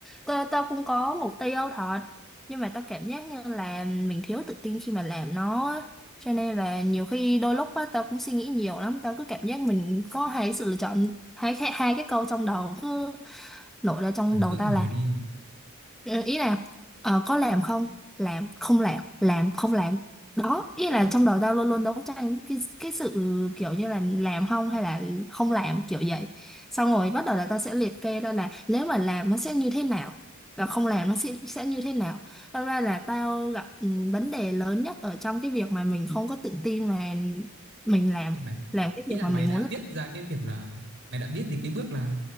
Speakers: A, in the centre; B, on the right.
A: tao, tao cũng có mục tiêu thật nhưng mà tao cảm giác như là mình thiếu tự tin khi mà làm nó á. cho nên là nhiều khi đôi lúc á tao cũng suy nghĩ nhiều lắm tao cứ cảm giác mình có hai sự lựa chọn hai hai hai cái câu trong đầu cứ nổi ra trong
B: À,
A: đầu
B: cứ hỏi
A: tao là
B: đi hả?
A: Ờ, ý là ờ, có làm không làm không làm làm không làm đó ý là trong đầu tao luôn luôn đấu tranh cái cái sự kiểu như là làm không hay là không làm kiểu vậy xong rồi bắt đầu là tao sẽ liệt kê ra là nếu mà làm nó sẽ như thế nào và không làm nó sẽ sẽ như thế nào Thật ra là tao gặp ừ, vấn đề lớn nhất ở trong cái việc mà mình không có tự tin mà mình làm
B: ý mày,
A: làm cái
B: ý
A: việc
B: là
A: mà
B: mày
A: mình
B: đã
A: muốn
B: viết
A: làm.
B: ra cái việc là mày đã viết đến cái bước là